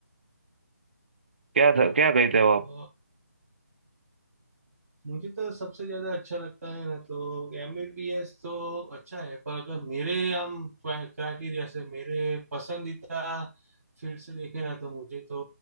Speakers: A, on the right; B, on the right.
A: क्या था,
B: ओके
A: क्या कहते हो
B: तो मुझे तो सबसे ज्यादा अच्छा लगता है ना तो एमबीबीएस तो अच्छा है पर अगर मेरे हम क्राइटेरिया से मेरे पसंदीदा फील्ड से देखें ना तो मुझे तो